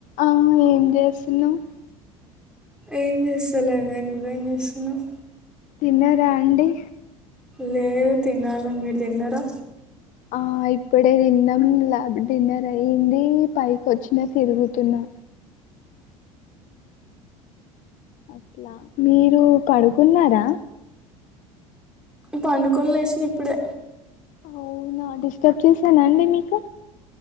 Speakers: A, on the left; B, in the centre.
A: ఆ ఏం చేస్తున్నవు
B: ఏం చేస్తాలనే నువ్వేం చేస్తున్నవు
A: తిన్నరా అండి
B: లేదు తినాల మీరు తిన్నరా
A: ఆ ఇప్పుడే తిన్నాం ల డిన్నర్ అయ్యింది పైకి వచ్చినా తిరుగుతున్నా అట్లా మీరు పడుకున్నారా
B: పండుకోని లేషిన ఇప్పుడే
A: అవునా డిస్టర్బ్ చేసానా అండి మీకు